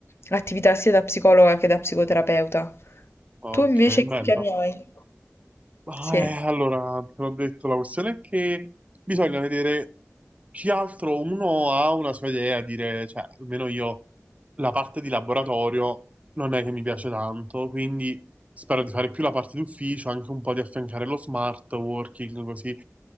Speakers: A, on the left; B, on the right.
A: attività sia da psicologa che da psicoterapeuta.
B: Ok,
A: Tu invece
B: bello.
A: che piani hai?
B: Ma,
A: Sì.
B: eh, allora, te l'ho detto, la questione è che bisogna vedere più che altro uno ha una sua idea, dire, cioè, almeno io la parte di laboratorio non è che mi piace tanto, quindi spero di fare più la parte d'ufficio, anche un po' di affiancare lo smart working, così